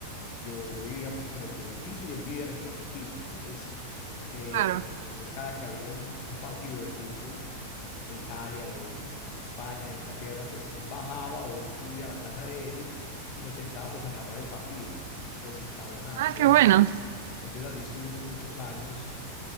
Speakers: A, on the left; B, on the right.
A: Yo, yo vivía pues como en el primer piso y él vivía en el tercer piso. Entonces, eh,
B: claro.
A: entonces cada que había un, un partido de fútbol de Italia, de, de España, de Inglaterra, pues él bajaba o yo subía a la casa de él y nos sentábamos a narrar el partido, pues sin saber nada.
B: Ah,
A: Entonces
B: qué bueno.
A: así, entonces así estuvimos muchos años